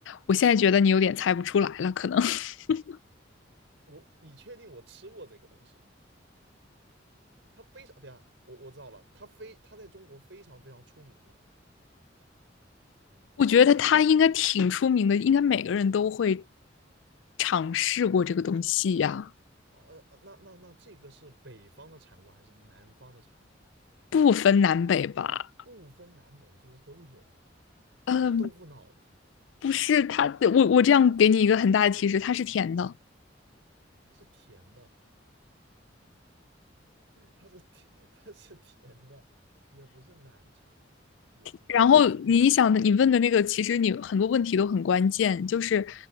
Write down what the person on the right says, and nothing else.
我你确定我吃过这个东西吗？它非常，对啊，我我知道了，它非它在中国非常非常出名嘛。
好，呃，呃那那那这个是北方的产物还是南方的产物？
不分南北，就是都有。
它是豆腐脑嘛，
它是甜的，它是甜，它是甜的，也不是奶茶，也不是，